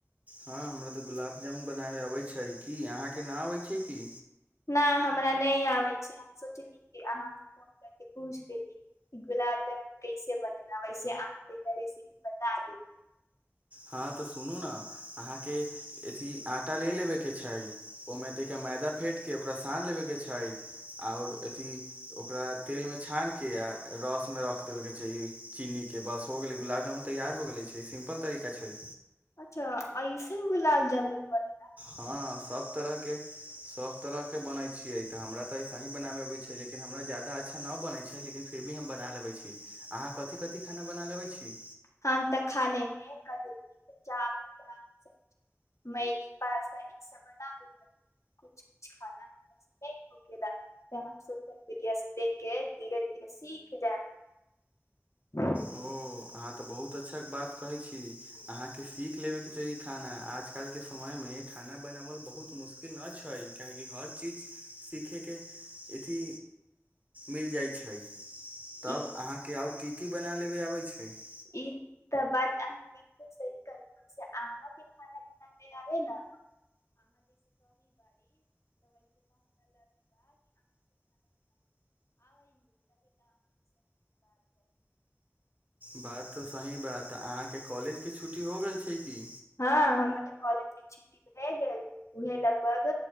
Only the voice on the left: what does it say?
नहि हमरा नहि आबै छै, हम सोचली कि अहाँसँ फोन करके पूछि देती कि गुलाब जामुन कैसे बनेना वैसे अहाँ तरा रेसिपी बता देती
अच्छा आयुसा गुलाब जामुन बने
हम तऽ खाने मे कहली चावल दाल सब्जी मैगी पास्ता ई सब बना लेेक कु कुछु खाना हमर से नहि हो गेला तऽ हम सोशल मीडिया से देख के धीरे धीरे सीख जायब
ई
ई तऽ बात अह बिलकुल सही करैस अहाँके खाना बनाे आबे ने
हँ, हमर तऽ कॉलेज के छुट्टी भए गेल उएहे लगभग